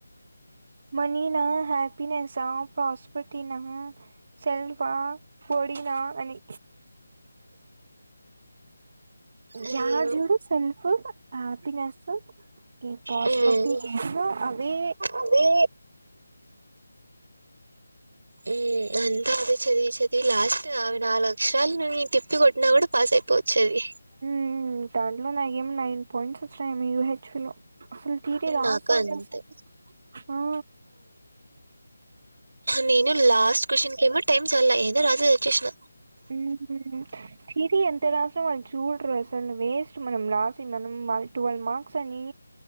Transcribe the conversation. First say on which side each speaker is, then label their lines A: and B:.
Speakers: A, on the right; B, on the right.
A: మనీ నా హ్యాపీినెస్ా ప్రాస్పర్టీ నా సెల్ఫడి అని
B: అయ్యో
A: యార్ చూడు స్వల్పు హ్యాపీనెస్ పాస్పర్టీ
B: హ్మ్
A: ఏనా అవే
B: అదే మ్మ్ ఆ అ అదే చదివి చదివి లాస్ట్ అవి నాలుగు అలక్షరాలు నువ ఈ టిప్పి కొట్టినా కూడా పాస్ అయిపోవచ్చ అది
A: మ్మ్ దాంట్లో నాకేం నైన్ పాయింట్స్ వచ్చినాయ యు హెచ్వి లో అసలు తిరే రాసాంటె
B: నాకు అంతే
A: వస్తదే ఆ
B: నేను లాస్ట్ క్వ్చన్కి ఏమో టైమ్ చల్ లా ఏదో రాసేసి వచ్చేసిన
A: మ్మ్ హ్మ్ థియరీ ఎంత రాసం అం చూడరు అసలు వేస్ట్ మనం రాసి మనం ట్వెల్వ్ మార్క్స్ అని